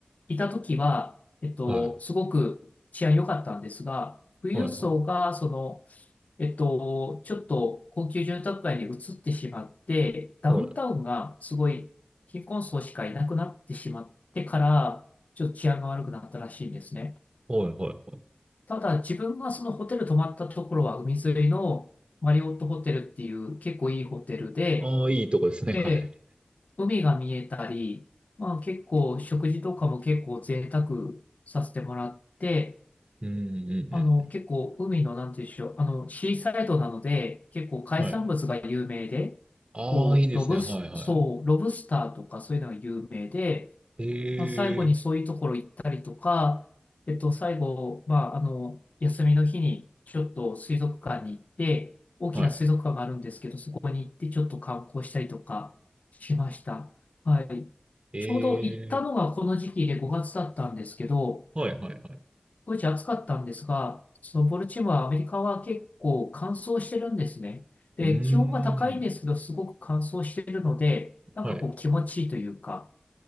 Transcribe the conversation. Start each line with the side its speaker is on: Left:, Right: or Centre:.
Left: いたときは、えっと、
Right: はい。
Left: すごく治安良かったんですが、富裕層が、
Right: はいはい。
Left: その、えっと、ちょっと高級住宅街に移ってしまって、ダウンタウンがすごい貧困層しかいなくなってしまってから、
Right: はい。
Left: ちょっと治安が悪くなったらしいんですね。
Right: はいはいはい。
Left: ただ、自分がそのホテル泊まったところは海沿いのマリオットホテルっていう結構いいホテルで、
Right: ああ、いいとこですね。
Left: ええ
Right: はい。
Left: 海が見えたり、まあ結構食事とかも結構贅沢させてもらって、
Right: うんうんうん。
Left: あの結構海のなんていうんでしょう、あのシーサイドなので結構海産物が有名で、
Right: はい。ああ、
Left: こうロブス、
Right: いいですね。はいは
Left: そう、ロブスターとかそういうのが有名で、
Right: い。ええ、
Left: まあ、最後にそういうところ行ったりとか、えっと、最後、まあ、あの、休みの日にちょっと水族館に行って、大きな水族館があるんですけど、
Right: はい。
Left: そこに行ってちょっと観光したりとかしました。はい。
Right: え
Left: ちょうど行ったのがこの時期で5月だったんですけど、
Right: え、はいはいはい。
Left: 当時暑かったんですが、そのボルチモア、アメリカは結構乾燥してるんですね。で、
Right: うー
Left: 気温が高いんですけど、
Right: ん。
Left: すごく乾燥してるので、なんかこう気持ちいいというか、
Right: はい。